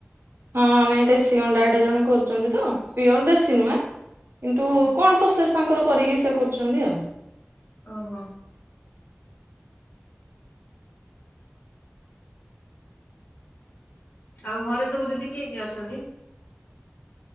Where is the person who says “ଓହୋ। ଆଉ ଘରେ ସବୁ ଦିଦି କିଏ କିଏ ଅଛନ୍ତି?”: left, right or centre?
Left